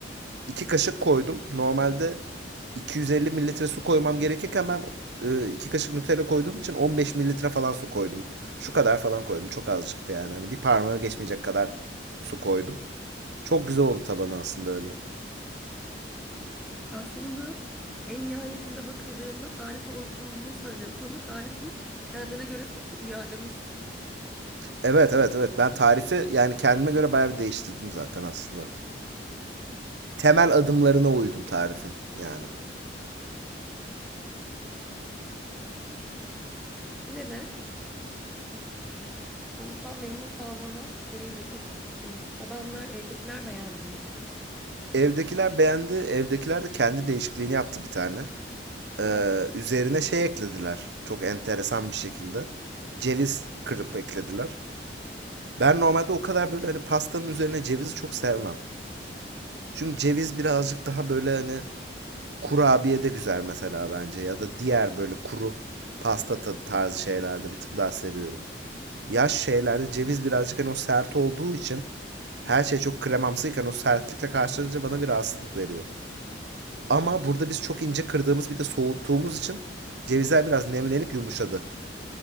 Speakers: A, on the right; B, in the centre.
A: 2 kaşık koydum. Normalde 250 mililitre su koymam gerekirken ben 2 kaşık Nutella koyduğum için 15 mililitre falan su koydum. Şu kadar falan koydum. Çok azıcıktı yani. Hani bir parmağı geçmeyecek kadar su koydum. Çok güzel oldu tabanı aslında öyle.
B: Aslında en nihayetinde bakıldığında tarife uyduğunu söylüyorsun ama tarifi kendine göre çokça uyarlamışsın.
A: Evet evet evet. Ben tarifi yani kendime göre bayağı bir değiştirdim zaten aslında. Temel adımlarına uydum tarifin yani.
B: Yine de sonuçtan memnun kalmana sevindim. Peki e, tadanlar, evdekiler beğendi mi?
A: Evdekiler beğendi. Evdekiler de kendi değişikliğini yaptı bir tane. Ee,
B: Aa,
A: üzerine şey eklediler. Çok enteresan bir şekilde. Ceviz kırıp eklediler. Ben normalde o kadar böyle hani pastanın üzerine cevizi çok sevmem. Çünkü ceviz birazcık daha böyle hani kurabiye de güzel mesela bence. Ya da diğer böyle kuru pasta ta- tarzı şeylerde bir tık daha seviyorum. Yaş şeylerde ceviz birazcık hani o sert olduğu için her şey çok kremamsıyken o sertlikle karşılanınca bana bir rahatsızlık veriyor. Ama burada biz çok ince kırdığımız bir de soğuttuğumuz için cevizler biraz nemlenip yumuşadı.